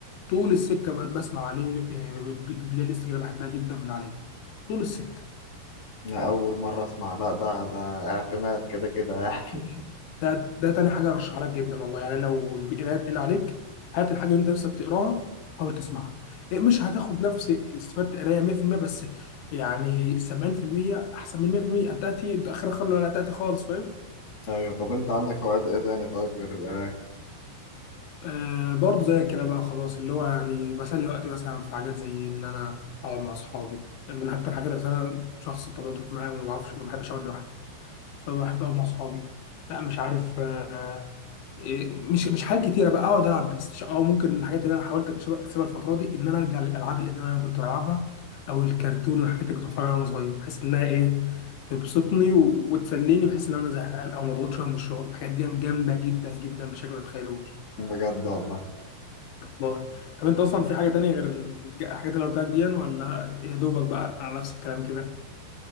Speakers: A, on the left; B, on the left.
A: طول السكة بقى بسمع عليه آه، بل- بلاي ليست كده بحبها جدا من عليه طول السكه
B: أنا أول مرة أسمع لا ده ده اعتماد كده كده يعني
A: ده ده تاني حاجه ارشح لك جدا والله يعني لو القرايه تقيل عليك هات الحاجه اللي انت نفسك تقراها حاول تسمعها إيه، مش هتاخد نفس استفاده القرايه 100% بس يعني 70% احسن من 100% انت تاتي متاخر خالص ولا تاتي خالص فاهم
B: <laughs> أيوة طب أنت عندك هوايات إيه تاني طيب غير القراية؟
A: آه برضه زي كده بقى خلاص اللي هو يعني بسلي وقتي مثلا في حاجات زي ان انا اقعد مع اصحابي من اكتر الحاجات عشان انا شخص بطبيعته اجتماعي وما بعرفش ما بحبش اقعد لوحدي فبحب اقعد مع اصحابي لا مش عارف آه، إيه، مش مش حاجات كتيره بقى اقعد العب بلاي ستيشن او ممكن من الحاجات اللي انا حاولت اكسبها اكسبها الفتره دي ان انا ارجع للالعاب القديمه اللي انا كنت بلعبها او الكرتون والحاجات اللي كنت بتفرج عليها وانا صغير بحيث انها ايه تبسطني و- وتسليني بحيث ان انا زهقان او مضغوط شويه من الشغل الحاجات دي جامده جدا جدا بشكل ما تتخيلوش
B: بجد والله
A: والله طب انت اصلا في حاجه تانية غير الج- الحاجات اللي أنا قلتها لك دي ولا يا دوبك بقى على نفس الكلام كده